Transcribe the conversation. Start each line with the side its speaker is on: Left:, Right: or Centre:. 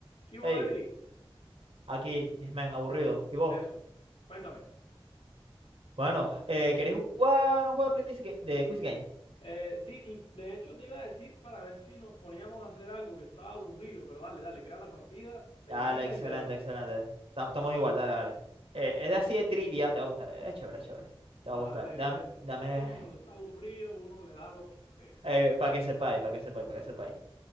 Left: ¿Qué hubo,
Right: Hey,
Left: Eri?
Right: aquí, man, aburrido. ¿Y vos?
Left: Eso, cuéntame.
Right: Bueno, eh, ¿queréis jugar un juego de, Quiz Ga- de Quiz Game?
Left: Eh, sí, y de hecho te iba a decir para ver si nos poníamos a hacer algo que estaba aburrido, pero dale, dale, crea la partida, me
Right: Dale,
Left: invitas
Right: excelente,
Left: y le damos.
Right: excelente. Tam- Estamos igual, dale, dale. Eh, es así de trivia, te va a gustar. eh, Es chévere, es chévere.
Left: Vamos
Right: Te va a gustar.
Left: a darle el
Right: Dame,
Left: teto.
Right: dame,
Left: Tú sabes que uno cuando está aburrido, uno le da lo que sea.
Right: eh, para que sepáis, para que sepáis, para que sepáis.